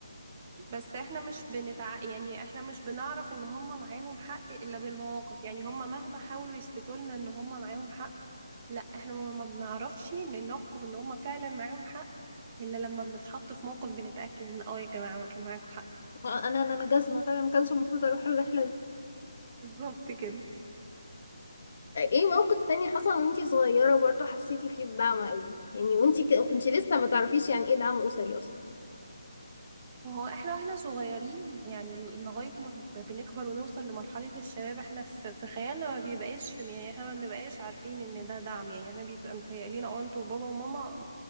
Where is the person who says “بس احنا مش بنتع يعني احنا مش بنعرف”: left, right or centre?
Right